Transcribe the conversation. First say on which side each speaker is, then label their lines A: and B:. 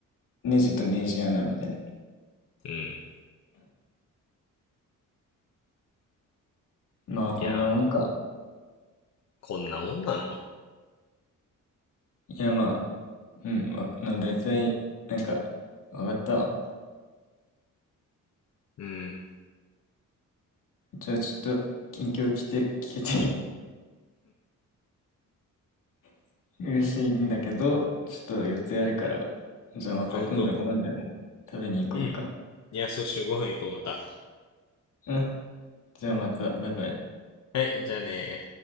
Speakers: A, on the left (about 75°); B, on the left (about 55°).
A: ネジとネジ穴みたいな。
B: うん。
A: まあ、こんなもんか。
B: いや、こんなもんなの
A: いや、まあ、うん、大なんだいたい、なんか、わかったわ。
B: うん。
A: じゃあちょっと、近況来て、聞けて <laughs> 嬉しいんだけど、ちょっと予定あるから、じゃあまた今度ご飯でも食べに行こっか。
B: あ、ほんと。うん。いや、そしてご飯行こう、また。
A: うん、じゃあまた、
B: うん。
A: バイバイ。
B: はい、じゃあね